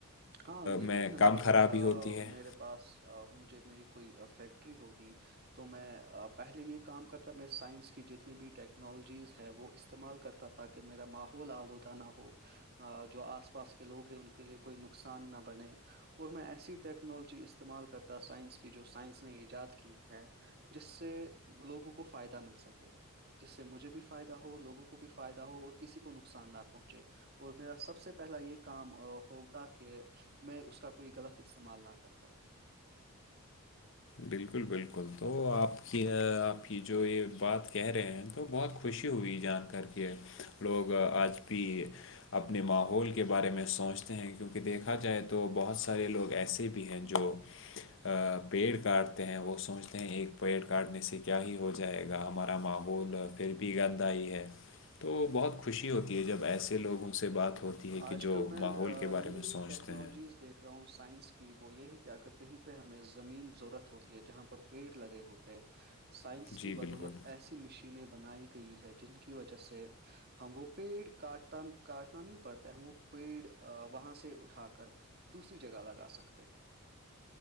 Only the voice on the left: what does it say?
میں کم
خرابی ہوتی ہے
بالکل بالکل تو آپ کی آپ کی جو یہ بات کہہ رہے ہیں تو بہت کچھ خوشی ہوئی جان کر کے لوگ آج بھی اپنے ماحول کے بارے میں سوچتے ہیں کیونکہ دیکھا جائے تو بہت سارے لوگ ایسے بھی ہیں جو پڑ کاٹتے ہیں وہ سوچتے ہیں ایک پیڑ کاٹنے سے کیا ہی ہو جائے گا ہمارا ماحول پھر بھی گند آئی ہے تو بہت خوشی ہوتی ہے جب ایسے لوگوں سے بات ہوتی ہے
کہ جو
ماحول کے
بارے میں
سوچتے
ہیں
جی
بالکل